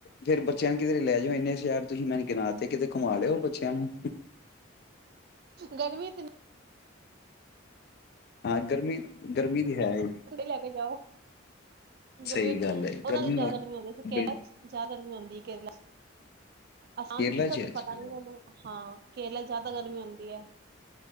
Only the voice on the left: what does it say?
ਫੇਰ ਬੱਚਿਆਂ ਨੂੰ ਕਿਧਰੇ ਲੈ ਜਾਓ ਇੰਨੇ ਯਾਰ ਤੁਸੀਂ ਮੈਨੂੰ ਗਿਣਾ ਤੇ ਕਿਤੇ ਘੁਮਾ ਲਿਓ ਬੱਚਿਆਂ ਨੂੰ
ਹਾਂ ਗਰਮੀ ਗਰਮੀ ਵੀ ਹੈ ਹੀ,
ਸਹੀ
ਗੱਲ
ਹੈ
ਹੈ
ਬਿਲਕੁਲ
ਕੇਰਲਾ
ਹਮ